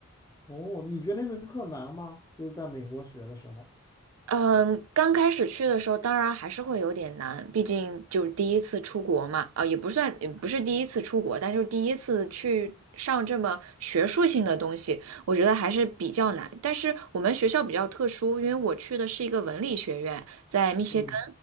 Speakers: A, on the left; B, on the right.
A: 哦，你觉得那门课难吗？就是在美国学的时候。
B: 嗯，刚开始去的时候，当然还是会有点难，毕竟就是第一次出国嘛，啊、也不算，也不是第一次出国，但是第一次去上这么学术性的东西，我觉得还是比较难。但是我们学校比较特殊，因为我去的是一个文理学院，在密歇根，
A: 嗯，